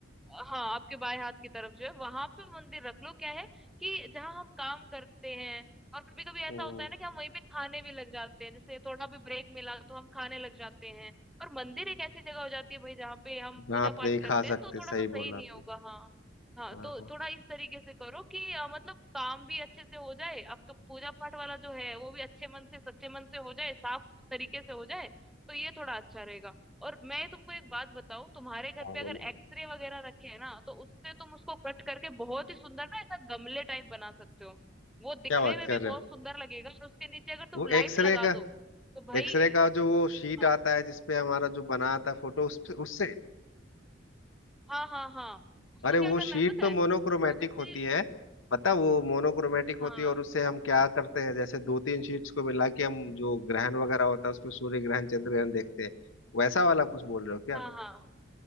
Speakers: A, in the centre; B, on the left.
A: हाँ आपके बाएं हाथ की तरफ जो है वहां पे मंदिर रख लो क्या है कि जहाँ हम काम करते हैं और कभी कभी ऐसा
B: हम्म,
A: होता है ना कि हम वहीं पे खाने भी लग जाते हैं जैसे थोड़ा भी ब्रेक मिला तो हम खाने लग जाते हैं और मंदिर एक ऐसी जगह हो जाती है भाई जहाँ पे हम
B: जहाँ
A: पूजा
B: आप
A: पाठ
B: नहीं
A: करते
B: खा
A: हैं
B: सकते
A: तो
B: सही
A: थोड़ा सा सही
B: बोला
A: नहीं
B: आपने
A: होगा हाँ हाँ
B: हाँ
A: तो
B: हाँ
A: थोड़ा इस तरीके से करो कि अ, मतलब काम भी अच्छे से हो जाए आपका पूजा पाठ वाला जो है वो भी अच्छे मन से सच्चे मन से हो जाए साफ तरीके से हो जाए तो ये थोड़ा अच्छा रहेगा और मैं तुमको एक बात बताऊं तुम्हारे घर
B: हाँ
A: पे
B: बोलो
A: अगर एक्सरे वगैरह रखे हैं ना तो उससे तुम उसको कट करके बहुत ही सुंदर ना ऐसा गमले टाइप बना सकते हो वो दिखने
B: क्या बात
A: में
B: कर
A: भी बहुत
B: रहे हो
A: सुंदर लगेगा और उसके नीचे अगर तुम
B: वो
A: लाइट
B: एक्सरे
A: लगा
B: का
A: दो तो भाई
B: एक्सरे का जो वो शीट
A: हाँ
B: आता है जिसपे हमारा जो बना आता है फोटो उस उससे
A: हाँ हाँ हाँ उसको
B: अरे
A: क्या
B: वो
A: करना
B: शीट
A: है पता
B: तो
A: है
B: मोनोक्रोमेटिक
A: और जैसे
B: होती है पता वो मोनोक्रोमेटिक होती
A: हाँ
B: है और उससे हम क्या करते हैं जैसे दो तीन शीट्स को मिला के हम जो ग्रहण वगैरह होता है उसमें सूर्य ग्रहण चंद्र ग्रहण देखते हैं वैसा वाला कुछ बोल रहे हो क्या
A: हाँ हाँ